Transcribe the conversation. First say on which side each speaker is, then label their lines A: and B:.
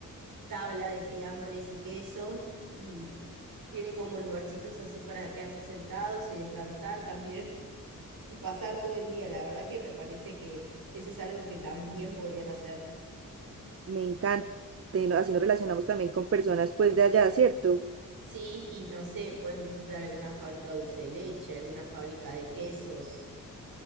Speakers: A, on the right; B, on the right.
A: tabla de fiambres y quesos y tienen como lugarcitos así para quedarse sentados y descansar también y pasar todo el día. La verdad que me parece que eso es algo que también podrían hacer.
B: Me encanta. y no- Así nos relacionamos también con personas pues de allá, ¿cierto?
A: Sí, y no sé, pueden visitar alguna fábrica de dulce de leche, alguna fábrica de quesos.